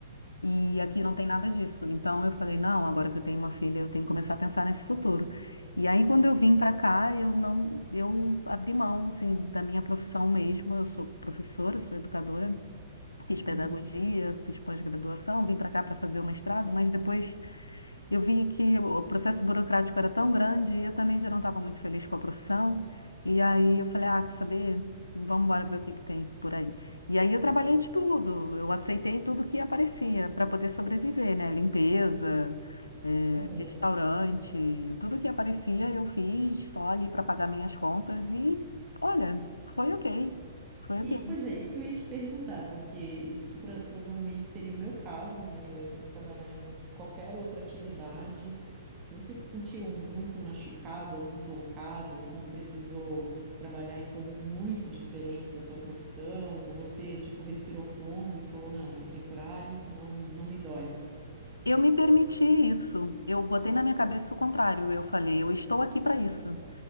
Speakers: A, on the left; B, on the right.
A: E aqui não tem nada disso. Então eu falei, não, agora que eu tenho uma filha, eu tenho que começar a pensar nesse futuro. E aí quando eu vim para cá, eu não, eu abri mão, assim, da minha profissão mesmo. Eu sou professora, sou educadora. Fiz pedagogia,
B: Uhum.
A: fiz pós-graduação, vim para cá para fazer o mestrado, mas depois eu vi que o processo burocrático era tão grande e eu também já não estava muito feliz com a profissão. E aí eu falei, ah, quer saber? Vamos embora ver o que que tem por aí. E aí eu trabalhei de tudo, eu aceitei tudo que aparecia para poder sobreviver, né? Limpeza, eh,
B: Aham.
A: restaurante, tudo que aparecia eu fiz só ali para pagar minhas contas e, olha, foi ok, foi ok.
B: E, pois é, isso que eu ia te perguntar, porque isso pra- provavelmente seria o meu caso, né? Eu ia ter que trabalhar em qualquer outra atividade. Você se sentiu muito machucada ou deslocada quando precisou trabalhar em coisas muito diferentes da tua profissão? Ou você, tipo, respirou fundo e falou, não, é temporário, isso não, não me dói?
A: Eu me permiti isso. Eu botei na minha cabeça o contrário. Eu falei, eu estou aqui para isso.